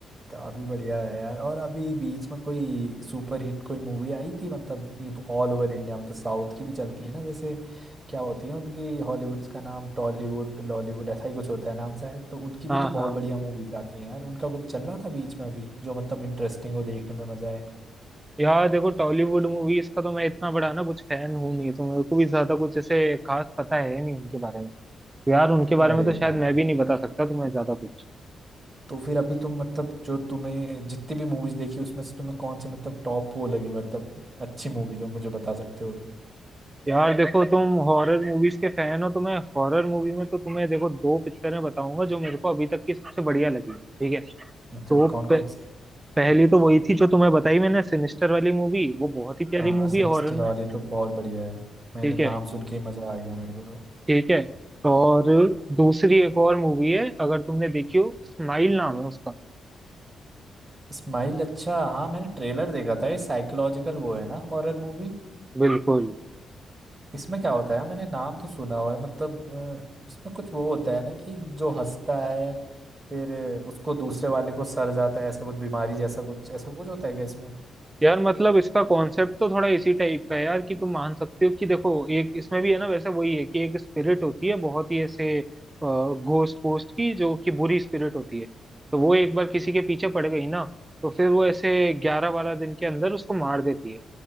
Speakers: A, on the right; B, on the right.
A: काफी बढ़िया है यार और अभी बीच में कोई सुपर हिट कोई मूवी आई थी मतलब ये ऑल ओवर इंडिया मतलब साउथ की भी चलती है ना जैसे क्या होती है उनकी हॉलीवुड्स का नाम टॉलीवुड लॉलीवुड ऐसा ही कुछ होता है नाम शायद तो उनकी भी
B: हाँ
A: तो
B: हाँ
A: बहुत बढ़िया मूवीज आती हैं यार उनका कुछ चल रहा था बीच में अभी जो मतलब इंटरेस्टिंग हो देखने में मजा आए
B: यार देखो टॉलीवुड मूवीज का तो मैं इतना बड़ा ना कुछ फैन हूँ नहीं तो मेरे को भी ज्यादा कुछ ऐसे खास पता है नहीं उनके बारे में यार उनके बारे
A: अरे
B: में तो शायद
A: यार
B: मैं भी नहीं बता सकता तुम्हें ज्यादा कुछ
A: तो फिर अभी तुम मतलब जो तुम्हें जितनी भी मूवीज देखी उसमें से तुम्हें कौन सी मतलब टॉप वो लगी मतलब अच्छी मूवी जो मुझे बता सकते हो तुम
B: यार देखो तुम हॉरर मूवीज के फैन हो तो मैं हॉरर मूवी में तो तुम्हें देखो दो पिक्चरें बताऊंगा जो मेरे को अभी तक की सबसे बढ़िया लगी ठीक है तो
A: अच्छा कौन
B: प-
A: कौन सी
B: पहली तो वही थी जो तुम्हें बताई मैंने सिनिस्टर वाली मूवी वो बहुत ही प्यारी
A: हाँ
B: मूवी
A: सिनिस्टर
B: है हॉरर में
A: वाली तो बहुत बढ़िया है मैंने
B: ठीक
A: नाम
B: है
A: सुन के ही मजा आ गया मेरे को तो
B: ठीक है और दूसरी एक और मूवी है अगर तुमने देखी हो स्माइल नाम है उसका
A: स्माइल अच्छा हाँ मैंने ट्रेलर देखा था ये साइकोलॉजिकल वो है ना हॉरर मूवी
B: बिल्कुल
A: इसमें क्या होता है मैंने नाम तो सुना हुआ है मतलब अ, इसमें कुछ वो होता है ना कि जो हंसता है फिर अ, उसको दूसरे वाले को सर जाता है ऐसा कुछ बीमारी जैसा कुछ ऐसा कुछ होता है क्या इसमें
B: यार मतलब इसका कॉन्सेप्ट तो थोड़ा इसी टाइप का है यार कि तुम मान सकते हो कि देखो एक इसमें भी है ना वैसे वही है कि एक स्पिरिट होती है बहुत ही ऐसे घोस्ट पोस्ट की जो कि बुरी स्पिरिट होती है तो वो एक बार किसी के पीछे पड़ गई ना तो फिर वो ऐसे ग्यारह बारह दिन के अंदर उसको मार देती है